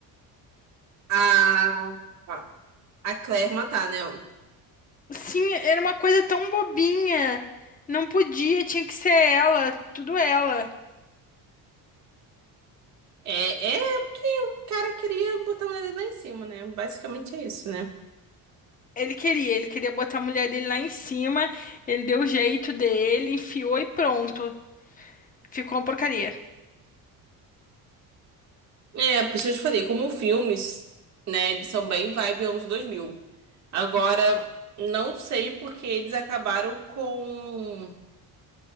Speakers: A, on the right; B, on the left.
A: a, a Claire matar, né?
B: Sim, era uma coisa tão bobinha. Não podia, tinha que ser ela, tudo ela.
A: É, é porque o cara queria botar a mulher dele lá em cima, né? Basicamente é isso, né?
B: Ele queria, ele queria botar a mulher dele lá em cima, ele deu o jeito dele, enfiou e pronto. Ficou uma porcaria.
A: É, por isso que eu te falei, como filmes, né, eles são bem vibe anos 2000. Agora, não sei porque eles acabaram com,